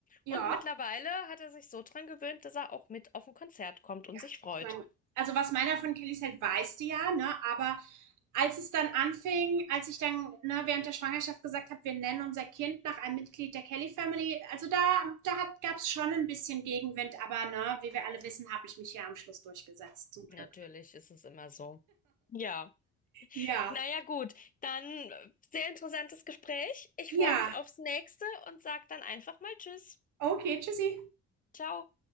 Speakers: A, on the right; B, on the left.
A: Ja.
B: Und mittlerweile hat er sich so dran gewöhnt, dass er auch mit auf ein Konzert kommt und
A: Ja,
B: sich freut.
A: ich meine also, was meiner von Kellys hält, weißt du ja, ne? Aber als es dann anfing, als ich dann, ne, während der Schwangerschaft gesagt habe, wir nennen unser Kind nach einem Mitglied der Kelly Family, also da, da hat, gab's schon ein bisschen Gegenwind, aber ne, wie wir alle wissen, habe ich mich hier am Schluss durchgesetzt, zum Glück.
B: Natürlich ist es immer so. Ja.
A: Ja,
B: Naja, gut, dann äh, sehr interessantes Gespräch. Ich
A: ja,
B: freue mich aufs nächste und sag dann einfach mal Tschüss.
A: okay, tschüssi.
B: Ciao.